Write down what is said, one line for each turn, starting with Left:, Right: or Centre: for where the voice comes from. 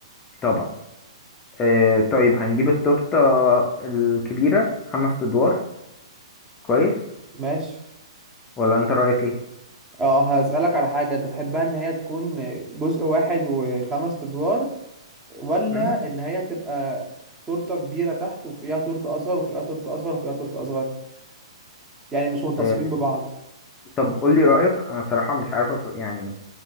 Left: طبعا آه طيب هنجيب التورتة الكبيرة خمس ادوار كويس
Right: ماشي
Left: ولا انت رأيك ايه؟
Right: أه هسألك على حاجة أنت تحبها إن هي تكون جزء واحد وخمس أدوار ولا
Left: مهم.
Right: ان هي تبقى تورته كبيره تحت وفوقيها تورته اصغر وفوقيها تورته اصغر وفوقيها تورته اصغر يعني مش متصلين
Left: آه
Right: ببعض
Left: طب قول لي رأيك انا بصراحة مش عارفة ف- يعني